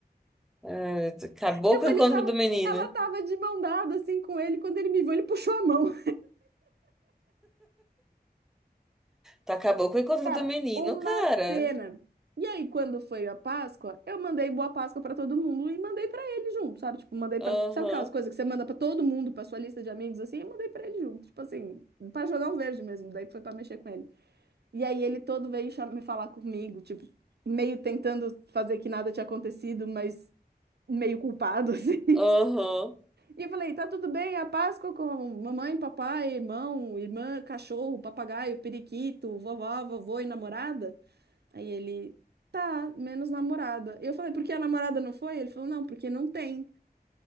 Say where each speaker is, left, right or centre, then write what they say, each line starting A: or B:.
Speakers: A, in the centre; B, on the right (about 75°).
A: Ai, acabou
B: Tipo,
A: com o encontro
B: ele tava.
A: do menino.
B: Ela tava de mão dada assim com ele. Quando ele me viu, ele puxou a mão.
A: Tu acabou com o encontro
B: Cara,
A: do menino,
B: uma
A: cara.
B: cena. E aí, quando foi a Páscoa, eu mandei boa Páscoa pra todo mundo e mandei pra ele junto, sabe? Tipo, mandei
A: Aham,
B: pra. sabe aquelas coisas que você manda pra todo mundo, pra sua lista de amigos assim, eu mandei pra ele junto, tipo assim, pra jogar um verde mesmo, daí foi pra mexer com ele. E aí ele todo veio cha- me falar comigo, tipo, meio tentando fazer que nada tinha acontecido, mas meio culpado <laughs> assim.
A: aham,
B: E eu falei, tá tudo bem, é a Páscoa com mamãe, papai, irmão, irmã, cachorro, papagaio, periquito, vovó, vovô e namorada? Aí ele, tá, menos namorada. E eu falei, por que a namorada não foi? Ele falou, não, porque não tem.